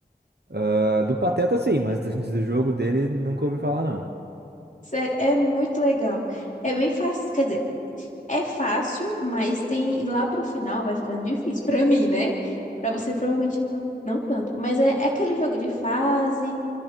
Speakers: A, on the right; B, on the left.
A: Ah, do Pateta, sim, mas do, <laughs> do jogo dele nunca ouvi falar, não.
B: Sério, é muito legal. É bem fácil, quer dizer, É fácil, mas tem lá pro final vai ficando difícil. Pra mim, né? Pra você provavelmente não, não tanto. Mas é, é aquele jogo de fase,